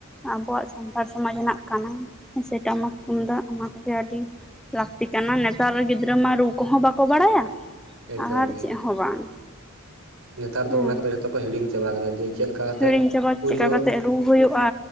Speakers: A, in the centre; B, on the right.
A: ᱟᱵᱚᱣᱟᱜ ᱥᱟᱱᱛᱟᱲ ᱥᱚᱢᱟᱡᱽ ᱨᱮᱱᱟᱜ ᱠᱟᱱᱟᱸ ᱥᱮ ᱴᱟᱜᱟᱢᱟᱠ ᱛᱩᱢᱫᱟᱜ ᱚᱱᱟ ᱜᱮ ᱟᱹᱰᱤ ᱞᱟᱹᱠᱛᱤ ᱠᱟᱱᱟ ᱱᱮᱛᱟᱨ ᱜᱤᱫᱽᱨᱟᱹ ᱢᱟ ᱨᱩ ᱠᱚᱦᱚᱸ ᱵᱟᱠᱚ ᱵᱟᱲᱟᱭᱟ
B: ᱮᱠᱫᱚᱢ
A: ᱟᱨ
B: ᱜᱮ
A: ᱪᱮᱫ ᱦᱚᱸ ᱵᱟᱝ
B: ᱱᱮᱛᱟᱨ ᱫᱚ
A: ᱚᱸ
B: ᱚᱱᱟ ᱠᱚᱫᱚ ᱡᱷᱚᱛᱚ ᱠᱚ ᱦᱤᱲᱤᱧ ᱪᱟᱵᱟ ᱠᱟᱫᱟ ᱡᱮ ᱪᱮᱫ ᱞᱮᱠᱟ ᱠᱟᱛᱮᱜ
A: ᱦᱤᱲᱤᱧ ᱪᱟᱵᱟ
B: ᱯᱳᱭᱞᱳ
A: ᱪᱤᱠᱟᱹ ᱠᱟᱛᱮ ᱨᱩ ᱦᱩᱭᱩᱜᱼᱟ?